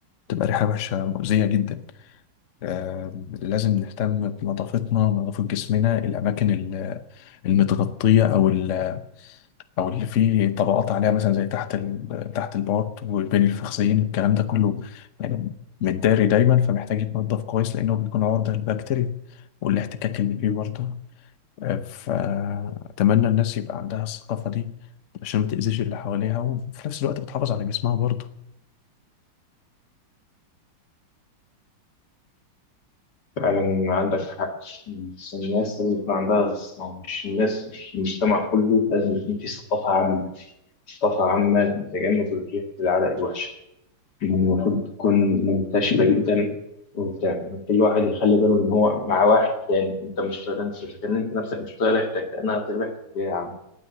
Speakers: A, on the left; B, on the left.
A: بتبقى ريحة وحشة مؤذية جدا آه، لازم نهتم بنظافتنا نظافة جسمنا الأماكن ال- المتغطية أو ال- أو اللي فيه طبقات عليها مثلا زي تحت ال... تحت البارت والبين الفخذين والكلام ده كله يعني متداري دايما فمحتاج يتنضف كويس لأنه بيكون عرضة للبكتيريا والاحتكاك اللي فيه برضه فأتمنى الناس يبقى عندها الثقافة دي عشان ما تأذيش اللي حواليها وفي نفس الوقت بتحافظ على جسمها برضه
B: فعلا عندك حق بس الناس لازم يكون عندها يعني مش الناس مش المجتمع كله لازم يكون فيه ثقافة عامة ثقافة عامة لتجنب الريح العرق الوحشة دي المفروض تكون منتشرة جدا وبتاع يعني كل واحد يخلي باله إن هو مع واحد تاني أنت مش طايق أنت مش كان أنت نفسك مش طايق ريحتك أنا طايق ريحتك ليه يا عم؟